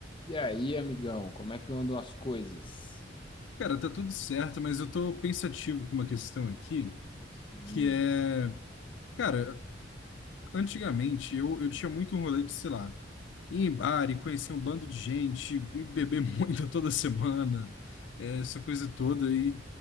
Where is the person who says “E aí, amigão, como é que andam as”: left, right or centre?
Left